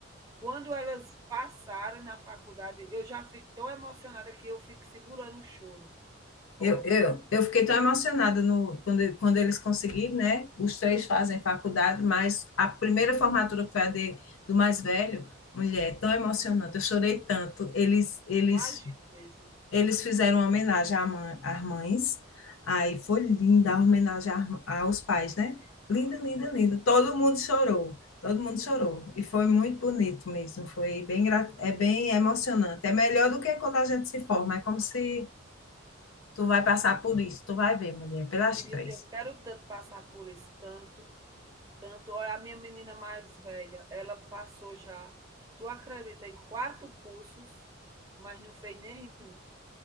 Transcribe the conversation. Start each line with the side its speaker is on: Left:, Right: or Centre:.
Right: Quando elas passaram na faculdade, eu já fico tão emocionada que eu fico segurando o choro. Ó,
Left: Eu, eu, eu fiquei tão emocionada no, quando, quando eles conseguiram, né? Os três fazem faculdade, mas a primeira formatura que foi a de, do mais velho, mulher, tão emocionante, eu chorei tanto. Eles, eles,
Right: eu imagino mesmo.
Left: eles fizeram uma homenagem à mãe- às mães, aí foi linda a homenagem às- ma- aos pais, né? Linda, linda, linda. Todo mundo chorou, todo mundo chorou. E foi muito bonito mesmo, foi bem, gra- é bem emocionante. É melhor do que quando a gente se forma, é como se Tu vai passar por isso, tu vai ver, mulher, pelas
Right: Eu queria,
Left: três.
Right: eu quero tanto passar por isso, tanto. Tanto, olha, a minha menina mais velha, ela passou já, tu acredita, em 4 cursos, mas não fez nenhum.